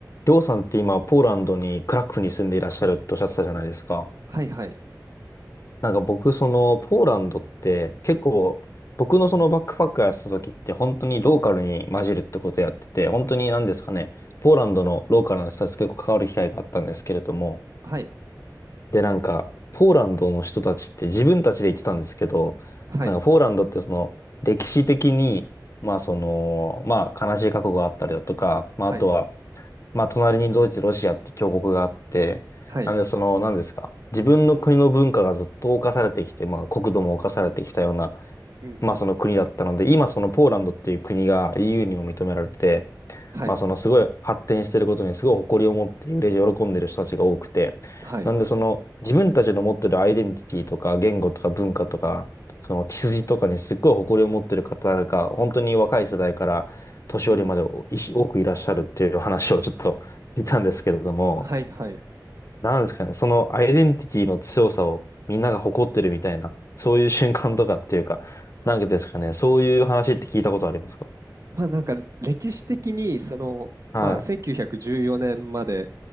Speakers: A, on the left (about 45°); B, on the right (about 45°).
A: りょうさんって今、ポーランドに、クラクフに住んでいらっしゃるっておっしゃってたじゃないですか。
B: はいはい。
A: なんか僕、その、ポーランドって結構、僕のそのバックパックやってた時って本当にローカルに混じるってことやってて、本当に何ですかね、ポーランドのローカルの人たちと結構関わる機会があったんですけれども、
B: はい。
A: で、なんか、ポーランドの人たちって自分たちで言ってたんですけど、
B: はい。
A: なんかポーランドってその、歴史的に、まあその、まあ悲しい過去があったりだとか、まああとは、
B: はい。
A: まあ、隣にドイツ、ロシアって強国があって、
B: はい。
A: なんでその、何ですか。自分の国の文化がずっと侵されてきて、まあ、国土も侵されてきたような、
B: うんうん。
A: まあ、その国だったので、今そのポーランドっていう国が EU にも認められて、
B: はい。
A: まあそのすごい発展してることにすごい誇りを持って嬉しい喜んでる人たちが多くて、
B: はい。
A: なんでその自分たちの持ってるアイデンティティとか言語とか文化とか、その血筋とかにすっごい誇りを持ってる方が本当に若い世代から年寄りまでおいし多くいらっしゃるっていう話をちょっと聞いたんですけれども、
B: うん。はいはい。
A: なんですかね、そのアイデンティティの強さをみんなが誇ってるみたいな、そういう瞬間とかっていうか、なんかですかね、そういう話って聞いたことありますか
B: まあなんか歴史的にその、
A: はい、
B: まあ、1914年まで